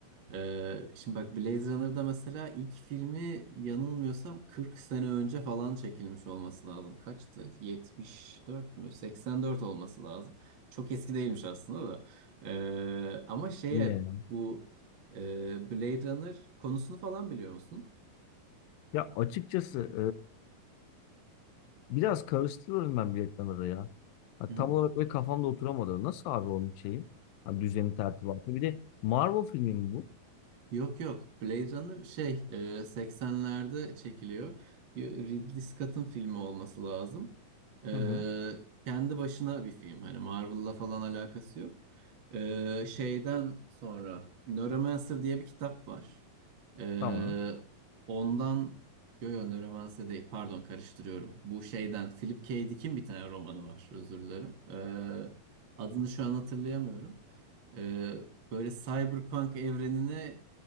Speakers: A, on the right; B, on the left.
A: Ee, şimdi bak Blade Runner'da mesela ilk filmi yanılmıyorsam 40 sene önce falan çekilmiş olması lazım. Kaçtı? 74 mü? 84 olması lazım. Çok eski değilmiş aslında da. Ee, ama şeye
B: Yine
A: bu e, Blade Runner konusunu falan biliyor musun?
B: Ya açıkçası e, biraz karıştırıyorum ben biletleri ya. Ha,
A: Hı-hı.
B: tam olarak böyle kafamda oturamadı. Nasıl abi onun şeyi? Ha, düzeni tertibatı. Bir de Marvel filmi mi bu?
A: Yok yok. Blade Runner şey e, 80'lerde çekiliyor. Y- Ridley Scott'ın filmi olması lazım. E,
B: Hı hı.
A: kendi başına bir film. Hani Marvel'la falan alakası yok. E, şeyden sonra Neuromancer diye bir kitap var. E,
B: Tamam.
A: ondan Yo yo Neuromancer değil pardon karıştırıyorum. Bu şeyden Philip K. Dick'in bir tane romanı var özür dilerim. E, adını şu an hatırlayamıyorum. Ee, böyle Cyberpunk evrenine